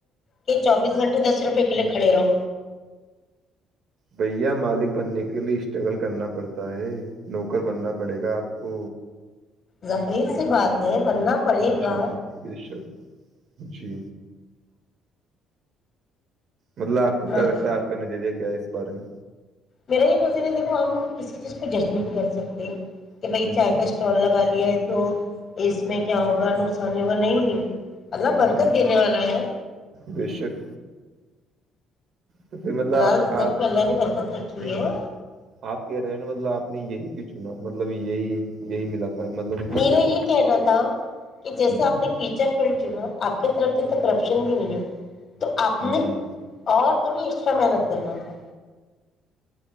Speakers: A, on the left; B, on the right.
A: کہ چوبیس گھنٹے دس روپے کلے کھڑے رہو
B: بھیا مالک بننے کے لیے اسٹرگل کرنا پڑتا ہے نوکر بننا پڑے گا آپ کو
A: ظخیر سے بات ہے بننا پڑے گا
B: جی بے شک جی مطلب آپ کو کیا
A: مگر
B: لگتا ہے آ کا نریہ کیا ہے اس بارے میں
A: میرا یہ نظر ہے دیکھو ہم کسی چیز کو جج نہیں کر سکتے کہ
B: میں
A: بھائی چائے
B: جی
A: کا اسٹال لگا لے تو اس میں کیا ہوگا نقصانی ہوگا نہیں اللہ برکت
B: جی
A: دینے والا ہے
B: بے شک تو پھر مطلب
A: حلال
B: آپ
A: رزق
B: آپ
A: میں اللہ نے برکت رکھی
B: نہیں
A: ہے
B: آپ کہہ رہے ہو نا مطلب آپ یہی ک چنا مطلب یہی یہی ملا تھا مطلب کچھ
A: میرا
B: ایسا
A: یہ کہنا تھا کہ جیسے
B: جی
A: آپ نے ٹیچر فیلڈ چنا آپ کی طرف بھی تو کرپشن بھی نہیں ہے تو آپ نے
B: جی
A: اور تھوڑی ایکسٹرا محنت کرنا تھا